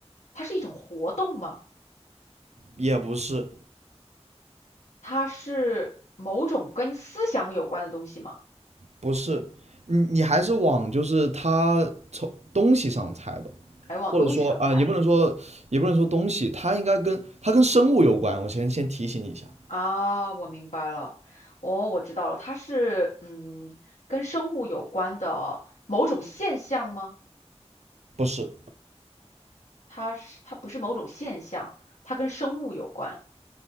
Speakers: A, on the left; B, on the right.
A: 它是一种活动吗？
B: 也不是，
A: 它是某种跟思想有关的东西吗？
B: 不是，你你还是往就是它从东西上猜吧，
A: 哎，往东西上猜
B: 或者说啊、也不能说也不能说东西，它应该跟它跟生物有关。我先先提醒你一下，
A: 啊，我明白了，哦，我知道了，它是嗯，跟生物有关的某种现象吗？
B: 不是，
A: 它是它不是某种现象，它跟生物有关。